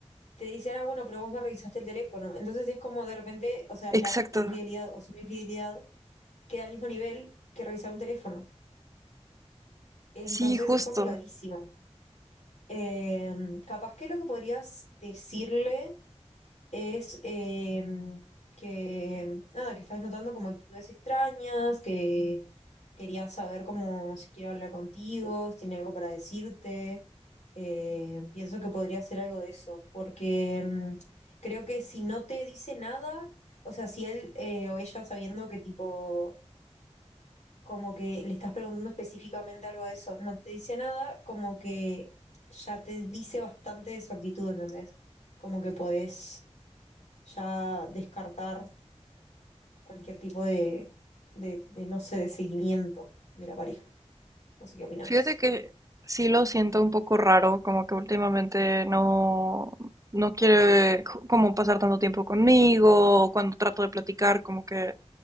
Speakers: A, on the left; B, on the right.
A: Te dicen, ah, bueno, pero vos me revisaste el teléfono. Entonces es como de repente, o sea, la
B: Exacto,
A: infidelidad o semi-infidelidad queda al mismo nivel que revisar un teléfono. Entonces
B: sí, justo.
A: es complicadísimo. Eh, capaz que lo que podrías decirle es eh, que, nada, que estás notando como actitudes extrañas, que querías saber cómo si quiere hablar contigo, si tiene algo para decirte. Eh, pienso que podría ser algo de eso, porque mm, creo que si no te dice nada, o sea, si él eh, o ella sabiendo que tipo como que le estás preguntando específicamente algo de eso, no te dice nada, como que ya te dice bastante de su actitud, ¿entendés? Como que podés ya descartar cualquier tipo de, de, de, no sé, de seguimiento de la pareja. No sé qué opinás.
B: Fíjate que sí lo siento un poco raro, como que últimamente no, no quiere como pasar tanto tiempo conmigo, o cuando trato de platicar, como que